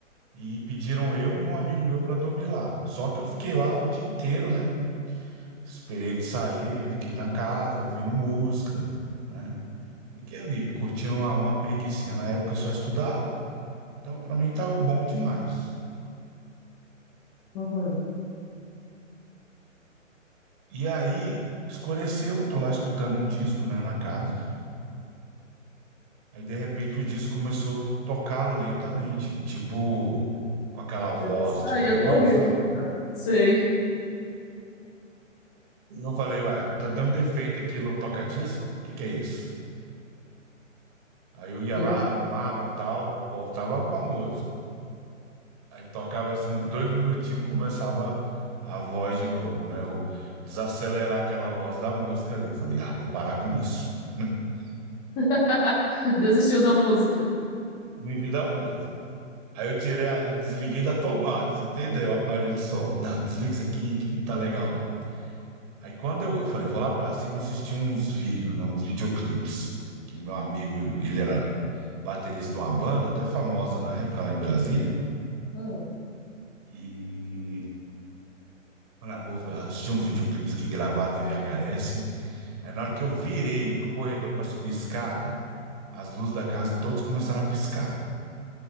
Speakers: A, on the right; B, in the centre.
A: E pediram eu e um amigo meu para dormir lá. Só que eu fiquei lá o dia inteiro, né? Esperei eles saírem, fiquei na casa, ouvindo música, né? Fiquei ali, curtindo uma, uma preguicinha. Na época eu só estudava, então para mim estava bom demais.
B: Aham.
A: E aí escureceu, tô lá escutando um disco, né, na casa. Aí de repente o disco começou a tocar lentamente, tipo com aquela voz
B: Eu já saía
A: de terror,
B: correndo.
A: sabe?
B: Ah, Sei.
A: E eu falei, ué, tá dando defeito aqui no toca-disco? O que que é isso? Aí eu ia
B: Gente.
A: lá, arrumava, tal, voltava com a música. Aí tocava assim uns dois minutinhos, começava a voz de novo, né? O desacelerar aquela voz da música ali. Eu falei, ah, vou parar com isso. <laughs>
B: <laughs> Desistiu da música.
A: Me vi da música. Aí eu tirei, a- desliguei da tomada, você entendeu? O aparelho de som. Não, desliga isso aqui que não tá legal, não. Aí quando eu, eu falei, vou lá pra cima assistir uns vídeos, né, uns videoclipes, que meu amigo, ele era baterista de uma banda, até famosa na época lá em Brasília,
B: Aham.
A: e falei, ah, vou ver- assistir uns videoclipes que gravado em VHS. Aí na hora que eu virei pro corredor pra subir escada, as luzes da casa todas começaram a piscar.